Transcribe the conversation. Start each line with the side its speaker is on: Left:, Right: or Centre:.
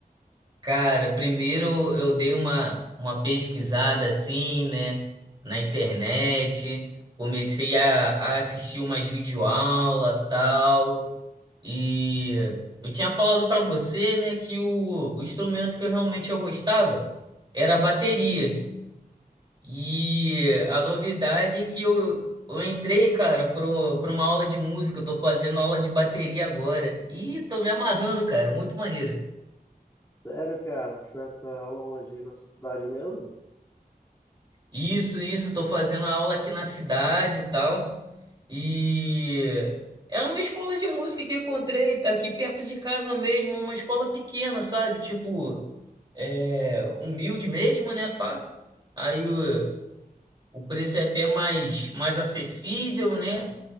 Right: Cara, primeiro eu dei uma uma pesquisada assim, né, na internet. Comecei a, a assistir umas videoaulas, tal. E eu tinha falado para você, né, que o, o instrumento que eu realmente eu gostava era a bateria. E a novidade é que eu, eu entrei, cara, para uma aula de música. Eu tô fazendo aula de bateria agora. E tô me amarrando, cara, muito maneiro.
Left: Sério, cara? Achou essa aula hoje aí na sua cidade mesmo?
Right: Isso, isso, tô fazendo a aula aqui na cidade e tal. E era uma escola de música que eu encontrei aqui perto de casa mesmo, uma escola pequena, sabe? Tipo, é, humilde mesmo, né, pá? Aí o, o preço é até mais, mais acessível, né?